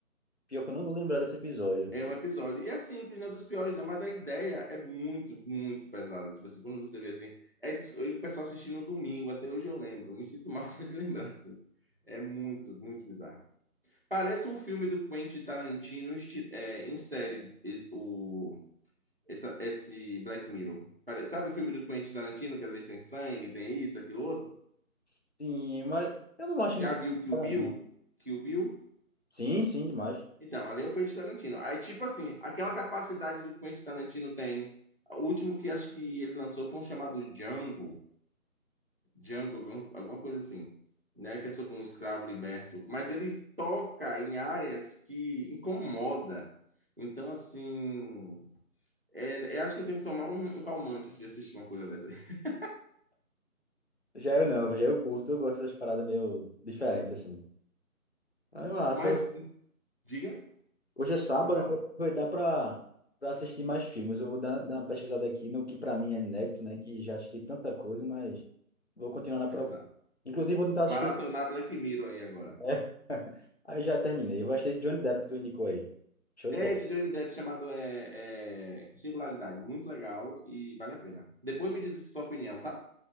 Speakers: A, on the left; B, on the right.
A: Pior que eu não tô lembrado desse episódio.
B: É um episódio. E é simples, não é dos piores, não, mas a ideia é muito, muito pesada. Tipo assim, quando você vê assim, é, dis- e o pessoal assistindo no domingo, até hoje eu lembro, me sinto mal <laughs> só de lembrar, assim. É muito, muito bizarro. Parece um filme do Quentin Tarantino esti- é, em série, e- o, essa- esse Black Mirror. Pare- sabe o filme do Quentin Tarantino, que às vezes tem sangue, tem isso, aquilo outro?
A: Sim, mas eu não acho
B: Já
A: muito essa
B: viu Kill
A: parada,
B: Bill? Kill Bill?
A: Sim, sim, demais.
B: Então, ali é o Quentin Tarantino. Aí, tipo assim, aquela capacidade do Quentin Tarantino tem. O último que acho que ele lançou foi um chamado Django, Django, algum- alguma coisa assim, né? Que é sobre um escravo liberto. Mas ele toca em áreas que incomoda. Então, assim, É, eu acho que eu tenho que tomar um, um calmante antes de assistir uma coisa dessa aí. <laughs>
A: Já eu não, já eu curto, eu gosto das paradas meio diferentes, assim. Mas massa,
B: Mas,
A: hoje,
B: diga,
A: hoje é sábado,
B: pode falar.
A: né? Vou aproveitar pra, pra assistir mais filmes. Eu vou dar, dar uma pesquisada aqui no que pra mim é inédito, né? Que já assisti tanta coisa, mas vou continuar na procura.
B: Exato.
A: Inclusive, vou tentar
B: Maratonar
A: assistir.
B: Black Mirror aí agora.
A: É. <laughs> Aí já terminei. Vou assistir Johnny Depp que tu indicou aí. Show
B: É
A: de bola.
B: esse Johnny Depp chamado é, é, Singularidade. Muito legal e vale a pena. Depois me diz a sua opinião, tá?